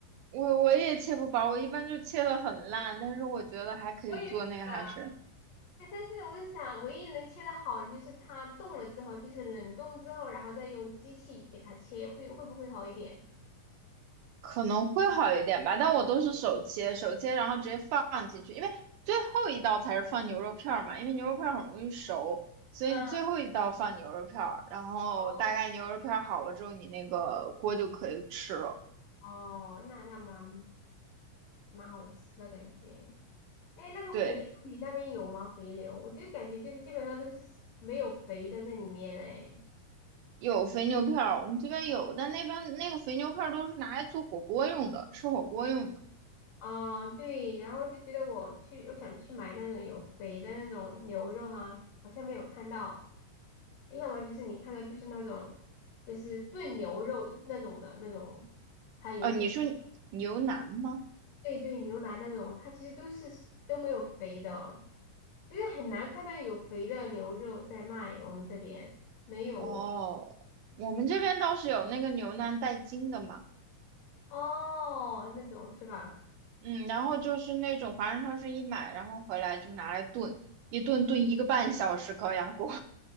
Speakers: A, on the right; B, on the left.
A: 我我也切不薄，我一般就切的很烂，但是我觉得还可以做那个韩式。
B: 我也是的，对，但是我是想，唯一能切的好的就是它冻了之后，就是冷冻之后，然后再用机器给它切，会会不会好一点？
A: 可能会好一点吧，但我都是手切，手切然后直接放进去，因为最后一道才是放牛肉片儿嘛，因为牛肉片儿很容易熟，所以你最后一道放牛肉片儿，
B: 嗯，
A: 然后大概牛肉片儿好了之后，
B: 哦，
A: 你那个锅就可以吃了。
B: 哦，那那蛮蛮好吃的感觉。哎，那个肥牛你那边有吗？
A: 对，
B: 肥牛，我就感觉就是基本上都是没有肥的在里面哎。
A: 有肥牛片儿，我们这边有，但那边那个肥牛片儿都是拿来做火锅用的，吃火锅用的。
B: 啊，对，然后就觉得我去，我想去买那种有肥的那种牛肉啊，好像没有看到，要么就是你看到就是那种就是炖牛肉那种的那种，它有一点，
A: 哦，你说牛腩吗？
B: 对对，牛腩那种，它其实都是都没有肥的哦就是很难看到有肥的牛肉在卖，我们这边没有
A: 哦，我们这边倒是有那个牛腩带筋的嘛。
B: 哦，那种是吧？
A: 嗯，然后就是那种华人超市一买，然后回来就拿来炖，一炖炖一个半小时高压锅。